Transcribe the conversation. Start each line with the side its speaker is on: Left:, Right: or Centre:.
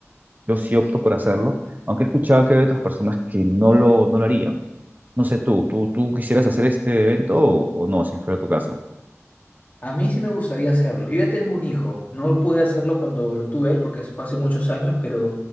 Right: yo sí opto por hacerlo, aunque he escuchado que hay otras personas que no lo, no lo harían. No sé tú, ¿tú, tú quisieras hacer este evento o, o no, si fuera tu caso?
Left: A mí sí me gustaría hacerlo. Yo ya tengo un hijo. No pude hacerlo cuando lo tuve él porque eso fue hace muchos años, pero